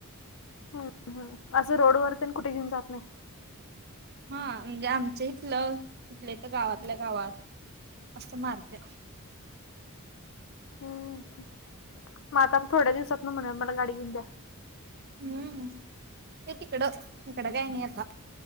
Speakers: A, on the left; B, on the right.
A: हम् हम, असं रोड वर तेन, कुठे घेऊन जात नाही.
B: हा म्हणजे आमच्या इथलं तिथले तर गावातल्या गावात असं मारते.
A: हम् मग आता थोड्या दिवसात ना म्हण मला गाडी घेऊन द्या.
B: हम्म ते तिकडं तिकडं काय नाही आता